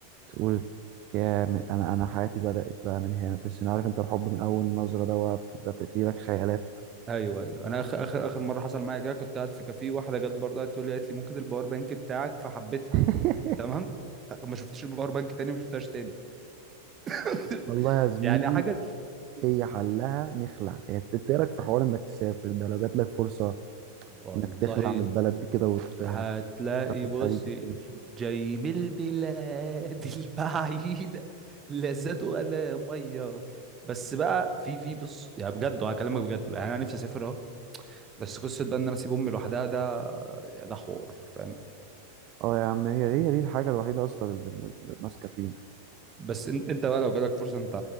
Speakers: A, on the right; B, on the right.
A: تقول يا م- انا انا حياتي بدأت بقى من هنا تحس ان عارف انت الحب من اول نظرة ده بقى بتبدأ تجيلك خيالات
B: ايوه ايوه انا اخر اخر اخر مره حصل معايا كده كنت قاعد في كافيه واحده جت برضه قعدت تقول لي قالت لي ممكن الباور بانك بتاعك فحبيتها
A: <laughs>
B: تمام ما شفتش الباور بانك تاني ما شفتهاش تاني <laughs>
A: والله يا زميلي
B: يعني حاجة
A: هي حلها نخلع يعني انت إيه رأيك في حوار انك تسافر ده لو جات لك فرصة
B: والله
A: انك تخلع من البلد دي كده وتسافر
B: هتلاقي بص
A: الخليج تمشي
B: جاي من البلاد <laughs> البعيدة لا زاد ولا مية بس بقى في في بص يعني بجد وهكلمك بجد بقى يعني انا نفسي اسافر اهو بس قصة بقى ان انا اسيب امي لوحدها ده ده حوار فاهم
A: اه يا عم هي دي هي دي الحاجة الوحيدة اصلا اللي اللي ماسكة فينا
B: بس إن- انت بقى لو جالك فرصة انت